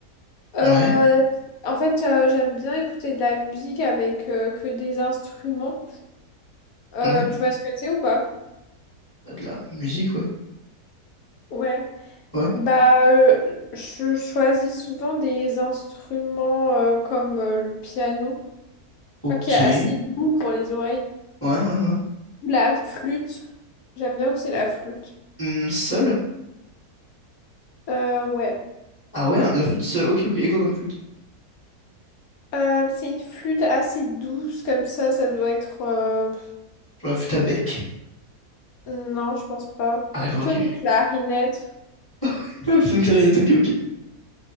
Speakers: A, on the left; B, on the left.
A: Euh,
B: Ouais,
A: en fait, euh, j'aime bien écouter de la musique avec euh, que des instruments. Euh,
B: ouais,
A: tu vois ce que c'est ou pas?
B: bah, de la musique, ouais,
A: Ouais.
B: ouais,
A: Bah, euh, je choisis souvent des instruments euh, comme euh, le piano,
B: ok,
A: tu vois, qui est assez
B: ouais,
A: doux pour les oreilles.
B: ouais, ouais.
A: La flûte. J'aime bien aussi la flûte.
B: Hum, seul?
A: Euh, ouais.
B: Ah ouais, hein, la flûte seule, ok, ok. Et quoi comme flûte?
A: Euh, c'est une flûte assez douce comme ça, ça doit être... euh,
B: Genre la flûte à bec.
A: Non, je pense pas.
B: Ah d'accord,
A: Plutôt
B: ok.
A: une clarinette.
B: <laughs> Ah, plutôt une clarinette, ok, ok.